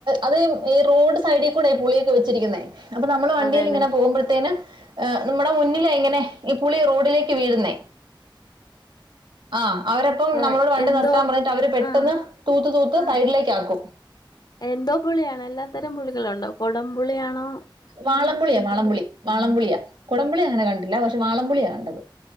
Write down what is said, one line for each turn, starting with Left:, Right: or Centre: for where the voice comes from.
Right: അത് ഈ റോഡ് സൈഡിൽ കൂടൊയി പുളിയൊക്കെ വെച്ചിരിക്കുന്നേ അപ്പൊ നമ്മള് വണ്ടിയിൽ
Left: അതെല്ലേ
Right: ഇങ്ങനെ പോകുമ്പോഴത്തേന് നമ്മുടെ മുന്നിലേ ഇങ്ങനെ ഈ പുളി റോഡിലേക്ക് വീഴുന്നേ ആഹ് അവരെപ്പം
Left: ആഹ്
Right: നമ്മളോട് വണ്ടി
Left: എന്തോ
Right: നിർത്താൻ പറഞ്ഞിട്ട് അവര് പെട്ടെന്ന്
Left: ആഹ്
Right: തൂത്ത് തൂത്ത്
Left: ആഹ്
Right: സൈഡിലേക്ക് ആക്കും
Left: എന്തോ പുളിയണോ എല്ലാത്തരം പുളികളുണ്ടോ കുടംപുളിയണോ
Right: വാളംപുളിയ വളം പുളി വളപുളിയാടമ്പുളി അങ്ങനെ കണ്ടില്ല പക്ഷെ വാളംപുളിയാ കണ്ടത്